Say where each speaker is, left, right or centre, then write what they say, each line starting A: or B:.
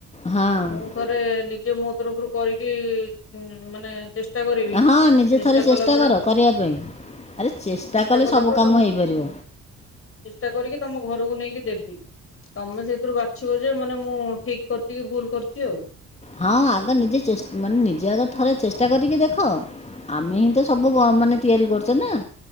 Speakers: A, on the left; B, on the left.
A: ହଁ
B: ମୁଁ ଥରେ ନି ନିଯେ ଯେ ମୋ ତରଫରୁ କରିବି ମାନେ ଚେସ - ଚେଷ୍ଟା କରିବି
A: ହଁ ନିଜେ
B: ଚେଷ୍ଟା
A: ଥରେ
B: କଲା ପରେ
A: କର କରିବା ପାଇଁ ଆରେ
B: ଚେଷ୍ଟା
A: କଲେ
B: କଲା
A: ସବୁ
B: ପରେ
A: କାମ
B: ତମ
A: ହେଇପାରିବ
B: ଚେଷ୍ଟା କରିକି ତମ ଘରକୁ ନେଇକି ଦେବି। ତମେ ସେ। ରୁ ବାଛିବ ଯେ ମାନେ ମୁଁ ଠିକ କରିଛି କି ଭୁଲ କରିଛି ଆଉ।
A: ହଁ ଆଗ ନିଜେ ଚେସ ମାନେ ନିଜେ ଆଗ ଥରେ ଚେଷ୍ଟା କରିକି ଦେଖ। ଦେଖ ଆମେ ହିଁ ତ ସବୁ ବ ମାନେ। ତିଆରି କରଚେ ନା।